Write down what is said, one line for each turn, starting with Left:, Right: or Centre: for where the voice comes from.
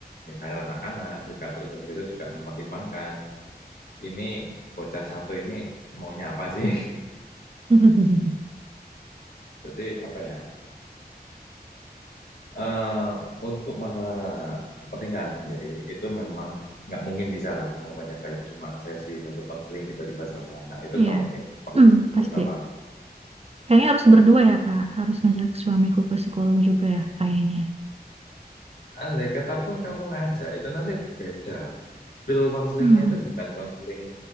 Left: misalnya anak-anak juga terus habis itu juga mempertimbangkan ini bocah satu ini maunya apa sih?
Right: <laughs>
Left: <laughs> Jadi apa ya? Eh untuk masalah pernikahan sendiri itu memang nggak mungkin bisa lah anggapannya kayak cuma sesi satu konseling tiba-tiba selesai nggak itu
Right: Iya,
Left: nggak mungkin perlu
Right: Hmm, pasti.
Left: beberapa
Right: Kayaknya harus berdua ya, Kak. Harus ngajak suamiku ke psikolog juga ya, kayaknya.
Left: Andai kata pun kamu ngajak, itu nanti beda. Skill counselingnya
Right: Hmm.
Left: itu bukan counseling